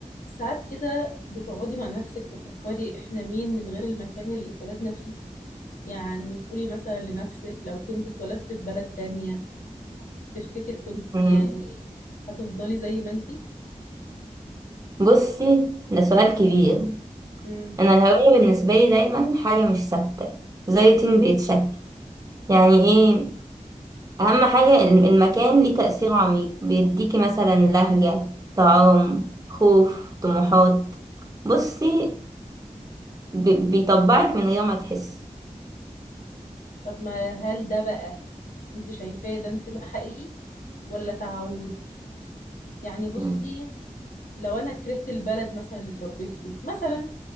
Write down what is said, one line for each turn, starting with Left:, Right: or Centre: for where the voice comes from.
Left: ساعات كده بتقعدي مع نفسك تفكري احنا مين من غير المكان اللي اتولدنا فيه يعني تقولي مثلا لنفسك لو كنت اتولدت في بلد تانية تفتكر كنت
Right: مم.
Left: يعني هتفضلي زي ما انتي
Right: بصي ده سؤال كبير
Left: مم.
Right: انا الهوية بالنسبة لي دايما حاجة مش ثابتة زي طين
Left: مم.
Right: بيتشكل يعني ايه اهم حاجة الم- المكان ليه تأثير عميق بيديكي مثلا لهجة طعام خوف طموحات بصي بي- بيطبعك من غير ما تحس
Left: طب ما هل ده بقى انت شايفاه ده انتماء حقيقي ولا تعود يعني بصي
Right: مم.
Left: لو انا كرهت البلد مثلا اللي اتربيت فيها مثلا